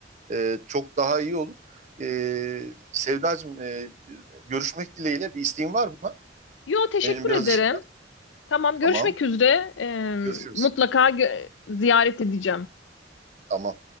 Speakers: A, on the right; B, on the left.
A: Ee, çok daha iyi olur. Ee, Sevdacığım e, görüşmek dileğiyle bir isteğin var mı?
B: Yo teşekkür
A: Benim biraz
B: ederim.
A: işim var.
B: Tamam görüşmek
A: Tamam.
B: üzere. Ee,
A: Görüşürüz.
B: mutlaka gö- ziyaret edeceğim.
A: Tamam.